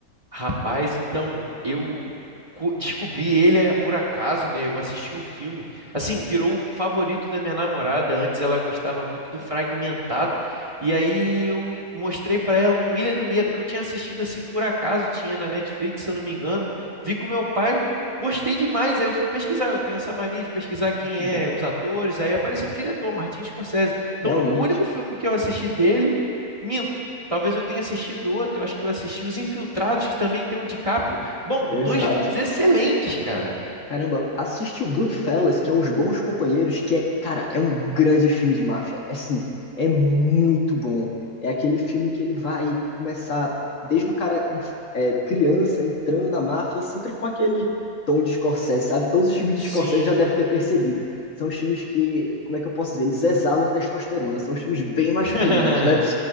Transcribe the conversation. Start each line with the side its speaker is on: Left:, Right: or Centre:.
Right: Rapaz, então eu co- descobri ele eh, por acaso, né? Eu assisti um filme, assim, virou o favorito da minha namorada. Antes ela gostava muito do Fragmentado, e aí eu i- mostrei pra ela um Ilha do Medo que eu tinha assistido assim por acaso, tinha na Netflix, se eu não me engano. Vi com meu pai, gostei demais. Aí eu fui pesquisar. Eu tenho essa mania de pesquisar quem
Left: Muito bom.
Right: é os atores. Aí apareceu o diretor, Martin Scorsese. Então,
Left: Realmente.
Right: o único filme que eu assisti dele, minto. Talvez eu tenha assistido outro, eu acho que eu assisti Os Infiltrados, que também tem o DiCaprio. Bom, dois
Left: Exato.
Right: filmes excelentes, cara.
Left: Caramba, assiste o Goodfellas, que é Os Bons Companheiros, que é, cara, é um grande filme de máfia. É assim, é muito bom. É aquele filme que ele vai começar desde o cara é, criança entrando na máfia e sempre com aquele tom de Scorsese, sabe? Todos os filmes de
Right: Sim.
Left: Scorsese já deve ter percebido. São os filmes que, como é que eu posso dizer? Eles exalam testosterona, são os filmes bem masculinos,
Right: <laughs>
Left: né?